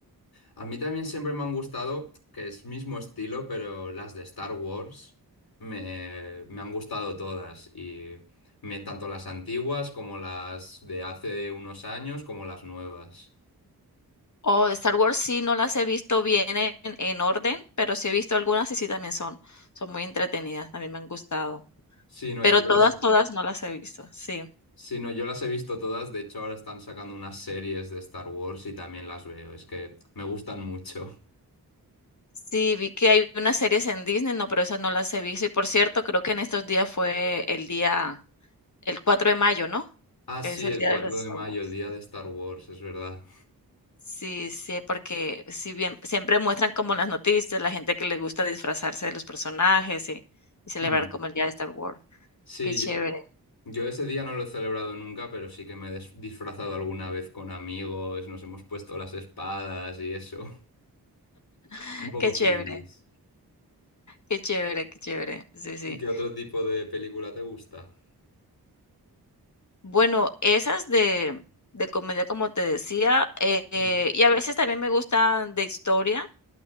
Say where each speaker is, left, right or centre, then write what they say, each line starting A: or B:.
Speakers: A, on the left; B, on the left.
A: A mí también siempre me han gustado, que es mismo estilo, pero las de Star Wars me, me han gustado todas. Y me, tanto las antiguas como las de hace unos años, como las nuevas.
B: O de Star Wars sí no las he visto bien en, en orden, pero sí he visto algunas y sí también son, son muy entretenidas, también me han gustado.
A: Sí, no,
B: Pero
A: yo
B: todas,
A: las...
B: todas no las he visto, sí.
A: Sí, no, yo las he visto todas. De hecho, ahora están sacando unas series de Star Wars y también las veo. Es que me gustan mucho.
B: Sí, vi que hay unas series en Disney, no, pero esas no las he visto. Y por cierto, creo que en estos días fue el día El 4 de mayo, ¿no?
A: Ah,
B: Que
A: sí,
B: Es el
A: el
B: día
A: 4
B: de los Star
A: de mayo,
B: Wars,
A: el día
B: sí.
A: de Star Wars, es verdad.
B: Sí, sí, porque si bien siempre muestran como en las noticias, la gente que le gusta disfrazarse de los personajes y y celebrar
A: Hmm.
B: como el día de Star Wars.
A: Sí,
B: Qué chévere,
A: yo, yo ese día no lo he celebrado nunca, pero sí que me he des- disfrazado alguna vez con amigos, nos hemos puesto las espadas y eso.
B: <laughs>
A: <laughs> Un poco
B: qué chévere,
A: frikis.
B: qué chévere, qué chévere. Sí, sí.
A: ¿Y qué otro tipo de película te gusta?
B: Bueno, esas de de comedia, como te decía, eh, eh,
A: Mm,
B: y a veces también me gustan de historia,